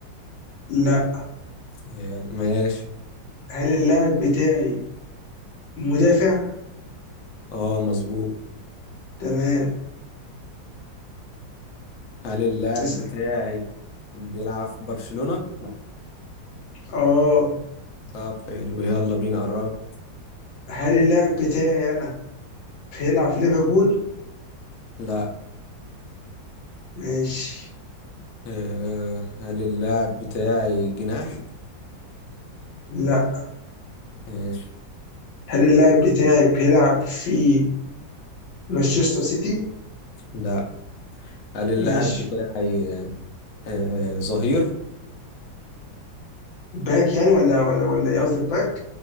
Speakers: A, on the left (about 85°); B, on the left (about 60°).
A: لا
B: يا ماشي
A: هل اللاعب بتاعي مدافع
B: اه مظبوط
A: تمام
B: هل اللاعب
A: اسأل
B: بتاعي بيلعب في برشلونة؟
A: اه
B: طب حلو يلا بينا قرب
A: هل اللاعب بتاعي انا بيلعب في ليفربول
B: لا
A: ماشي
B: أه هل اللاعب بتاعي جناح؟
A: لا
B: ماشي
A: هل اللاعب بتاعي بيلعب في مانشستر سيتي
B: لا هل اللاعب
A: ماشي
B: بتاعي أه آه، ظهير؟
A: باك يعني ولا ولا ولا ايه قصدك باك